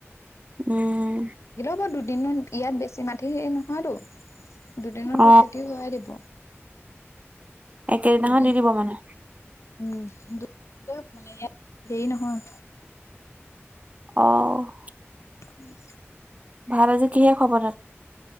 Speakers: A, on the right; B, on the left.
A: উম।
B: মই দুদিনত ইয়াত বেছি মাটি হেৰি নহয়টো, দুদিনতো
A: অ
B: খেতি হয়ে দিব।
A: একেইদিনাখন
B: দুদিন
A: দি দিব মানে।
B: উম দু <unintelligible> মানে হেৰি নহয়।
A: অ'।
B: উম।
A: ভাল আজি কিহে খোৱা কৰিলা।